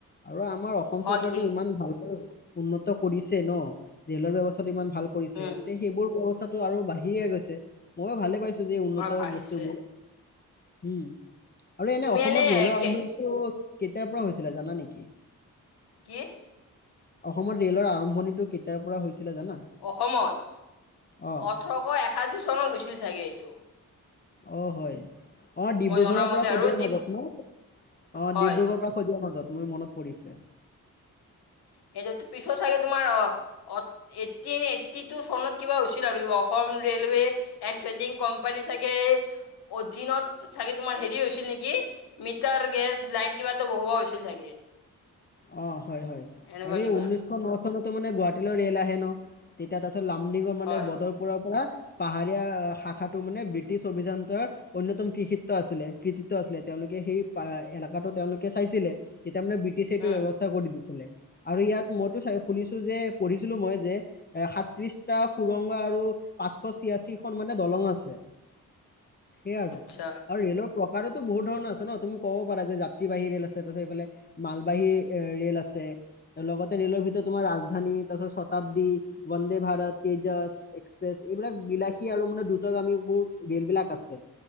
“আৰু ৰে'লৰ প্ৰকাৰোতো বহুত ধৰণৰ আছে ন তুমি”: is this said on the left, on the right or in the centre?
Left